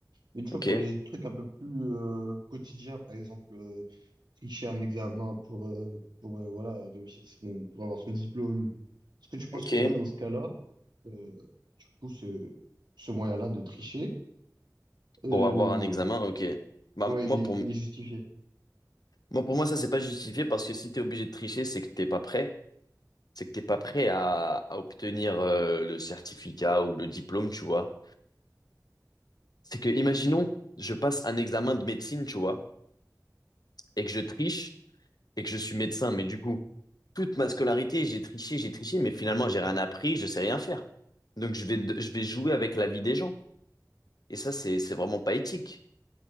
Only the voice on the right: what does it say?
Mais tu vois,
pour les trucs un peu plus euh, quotidiens, par exemple, euh, tricher un examen pour, euh, pour euh, voilà, réussir son, pour avoir son diplôme. Est-ce que tu penses
que là, dans ce cas-là, euh, du coup, ce, ce moyen-là de tricher, euh,
ouais,
il est,
il est justifié?